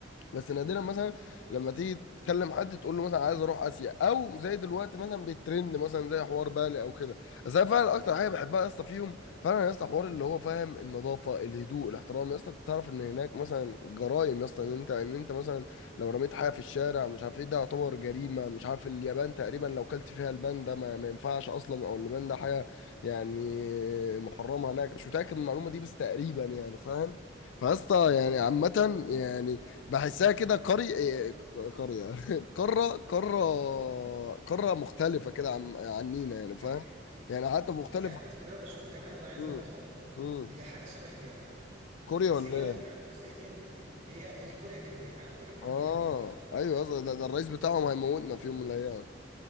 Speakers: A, on the left (about 80°); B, on the right (about 45°).
A: بس نادرا مثلا لما تيجي تكلم حد تقول له مثلا عايز اروح اسيا او زي دلوقتي مثلا بيترند مثلا زي حوار بالي او كده بس انا فعلا اكتر حاجه بحبها يا اسطى فيهم فعلا يا اسطى حوار اللي هو فاهم النظافه الهدوء الاحترام يا اسطى أنت تعرف ان هناك مثلا جرائم يا اسطى ان انت ان انت مثلا لو رميت حاجه في الشارع مش عارف ايه ده يعتبر جريمه مش عارف اليابان تقريبا لو كلت فيها البان ده ما, ما ينفعش اصلا او البان ده حاجه يعني محرمه هناك مش متاكد من المعلومه دي بس تقريبا يعني فاهم فيا اسطى يعني عامة يعني بحسها كده قرية قرية <laughs> قارة قارة قارة مختلفة كده عن عنينا يعني فاهم
B: ايوه
A: يعني حتى مختلفة
B: يعني بص ده أنا بشوفه كمان انا عايز
A: مم.
B: اروحه
A: مم.
B: هي حاجه شبه اليابان
A: كوريا
B: بس
A: ولا
B: هي
A: ايه؟
B: يعني بص ايه هي الكوريا الجنوبيه عارف كوريا الجنوبيه
A: اه
B: اكيد صح
A: ايوه أصلاً ده, ده الرئيس بتاعهم هيموتنا في يوم من الايام